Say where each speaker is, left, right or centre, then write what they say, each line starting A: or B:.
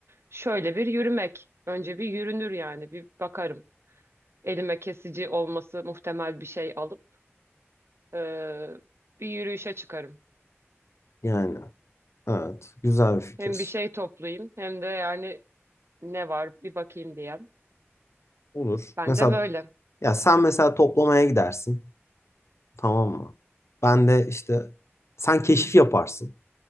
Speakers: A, on the right; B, on the left.
A: şöyle bir yürümek. Önce bir yürünür yani bir bakarım. Elime kesici olması muhtemel bir şey alıp e, bir yürüyüşe çıkarım.
B: Yani evet güzel bir fikir.
A: Hem bir şey toplayayım hem de yani ne var bir bakayım diyem.
B: Olur.
A: Bence
B: Mesela
A: böyle.
B: ya sen mesela toplamaya gidersin. Tamam mı? Ben de işte sen keşif yaparsın.